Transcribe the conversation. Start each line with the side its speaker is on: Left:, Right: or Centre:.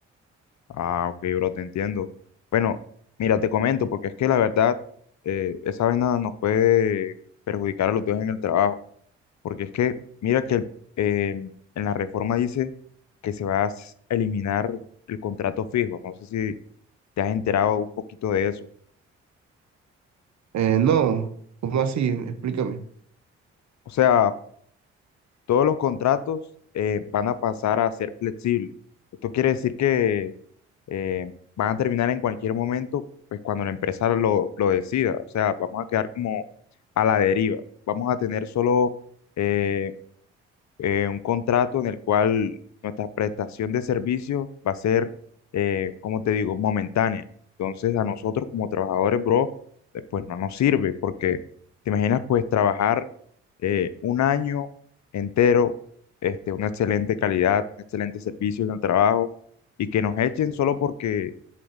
Left: Ah, ok, bro, te entiendo. Bueno, mira, te comento, porque es que la verdad, eh, esa vaina nos puede perjudicar a los dos en el trabajo. Porque es que, mira que el- eh, en la reforma dice que se va a s- eliminar el contrato fijo. No sé si te has enterado un poquito de eso.
Right: Eh, no, ¿cómo así? Explícame.
Left: O sea, todos los contratos eh, van a pasar a ser flexibles. Esto quiere decir que eh, van a terminar en cualquier momento, pues cuando la empresa lo, lo decida. O sea, vamos a quedar como a la deriva. Vamos a tener solo eh, eh, un contrato en el cual nuestra prestación de servicio va a ser, eh, como te digo, momentánea. Entonces a nosotros como trabajadores, bro, eh, pues no nos sirve porque te imaginas pues trabajar eh, un año entero, este, una excelente calidad, un excelente servicio en el trabajo y que nos echen solo porque